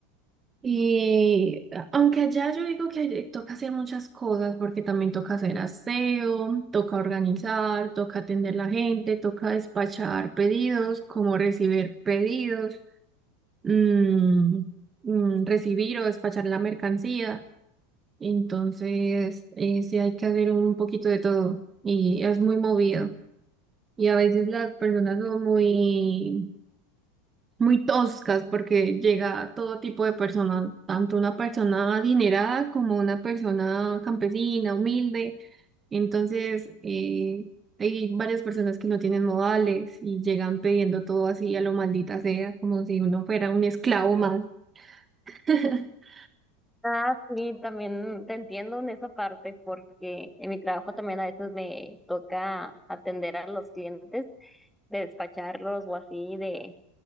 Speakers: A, on the right; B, in the centre.
A: Y aunque allá yo digo que allá toca hacer muchas cosas, porque también toca hacer aseo, toca organizar, toca atender la gente, toca despachar pedidos, como recibir pedidos, mm, mm, recibir o despachar la mercancía. Entonces, eh, sí hay que hacer un poquito de todo y es muy movido. Y a veces las personas son muy muy toscas porque llega todo tipo de personas, tanto una persona adinerada como una persona campesina, humilde. Entonces, eh, hay varias personas que no tienen modales y llegan pidiendo todo así a lo maldita sea, como si uno fuera un esclavo más. <laughs>
B: Ah, sí, también te entiendo en esa parte porque en mi trabajo también a veces me toca atender a los clientes, de despacharlos o así, de,